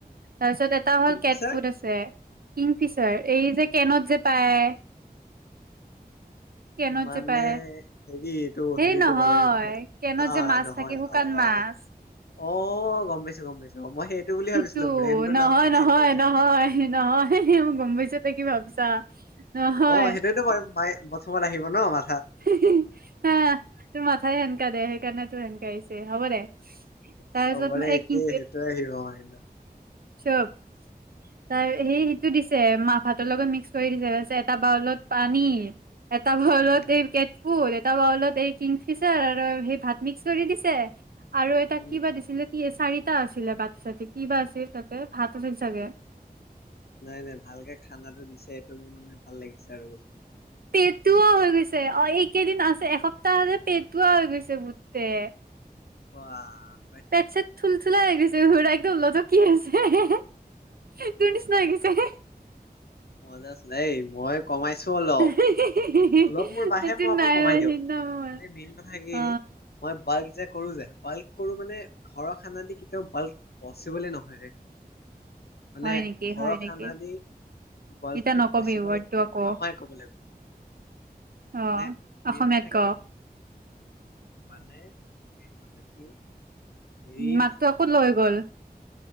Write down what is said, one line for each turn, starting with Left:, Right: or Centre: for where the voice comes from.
Right: তাৰপিছত এটা হ'ল
Left: কিংফিচাৰ
Right: কেট ফুট আছে কিংফিচাৰ এই যে কেনত যে পায়। কেনত
Left: মানে
Right: যে পায়
Left: হেৰিটো
Right: সেই
Left: হেৰিটো
Right: নহয়
Left: মানে
Right: কেনত
Left: আহ
Right: যে মাছ
Left: নহয়
Right: থাকে শুকান
Left: অহ,
Right: মাছ
Left: অ', অহ গম পাইছো, গম পাইছো। মই সেইটো বুলি
Right: সিটো
Left: ভাবিছিলো ব্ৰেণ্ডটোৰ
Right: নহয়
Left: নাম মানে
Right: নহয়
Left: সেইটো নহ।
Right: নহয় নহয় মই গম পাইছো তই কি ভাবছা নহয়
Left: অ সেইটোৱেতো মই মই থ'বলে আহিব ন মা
Right: হাহ, তোৰ মাথাই সেনকা দে। সেইকাৰণেতো সেনকে আহিছে। হ'ব দে। তাৰপিছত
Left: চবৰে
Right: এই
Left: একেই।
Right: কিং
Left: সেইটোহে। <unintelligible>
Right: <unintelligible> তাৰ সেই সেইটো দিছি। <unintelligible> ভাতৰ লগক মিক্স
Left: উম,
Right: কৰি দিছে, তাৰ পিছত এটা বাউলত পানী এটা <unintelligible>
Left: উম,
Right: ক'ত এটা বাউলত এই কিংফিচাৰ আৰু সেই ভাত মিক্স কৰি দিছে। আৰু এটা
Left: উম।
Right: কিবা দিছিলে টিএচ চাৰিটা আছিলে বাট চাতি কিবা আছিল তাতে ভাত আছিল চাগে।
Left: নাই নাই। ভালকে খানাটো দিছে, এইটো মোৰ মানে ভাল লাগিছে আৰু বস্তু
Right: পেটুৱা হৈ গৈছে অ এইকেইদিন আছ এসপ্তাহতে পেটুৱা হৈ গৈছে গোটে।
Left: বাঃ!
Right: পেট চেট থুলথুলা হৈ গৈছে। সৰা গলোটো কি আছে হে তোৰ নিচিনা লাগিছে।
Left: মজাচোন দেই। মই কমাইছো অলপ।
Right: সেইটো
Left: অলপ মোৰ বাহে মই আকৌ
Right: নাই
Left: কমাই
Right: হোৱা
Left: দিওঁ
Right: সিদিনা মোৰ
Left: মানে মেইন কথা কি
Right: অ
Left: মই বা ক যে কৰো যে বাল্ক কৰো মানে ঘৰৰ খানা দি কেতিয়াও বাল্ক পচিবলে নহয় ৰে। মানে
Right: হয় নেকি,
Left: ঘৰৰ
Right: হয় নেকি।
Left: খানা দি বাল্কটো
Right: এতিয়া নকবি
Left: পচিবল
Right: ৱৰ্ডটো আকৌ
Left: নহয় ক'ব গ'লে।
Right: অ,
Left: মানে মেইন
Right: অসমীয়াত
Left: কথা
Right: ক।
Left: কি মানে মেইন কথা কি হেৰিৰ
Right: মাকতো আকৌ লৈ গ'ল।